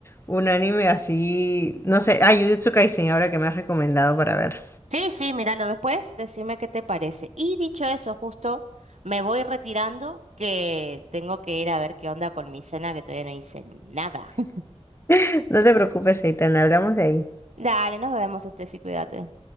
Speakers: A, on the left (about 20°); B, on the right (about 85°).
A: un anime así... No sé, ah, Jujutsu Kaisen, ahora que me has recomendado para ver.
B: Sí, sí, míralo después, decime qué te parece. Y dicho eso, justo me voy retirando que tengo que ir a ver qué onda con mi cena, que todavía no hice nada. <laughs>
A: <laughs> No te preocupes, Eitan, hablamos de ahí.
B: Dale, nos vemos, Estefi, cuídate.